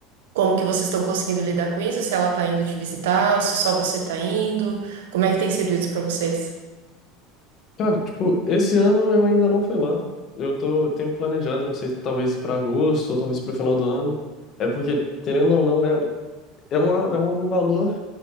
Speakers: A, on the right; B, on the left.
A: Como que vocês estão conseguindo lidar com isso? Se ela tá indo te visitar, ou se só você tá indo? Como é que tem sido isso pra vocês?
B: Cara, tipo, esse ano eu ainda não fui lá. Eu tô, tenho planejado, não sei, talvez para agosto ou talvez para o final do ano. É porque, querendo ou não, é, é, uma, é um valor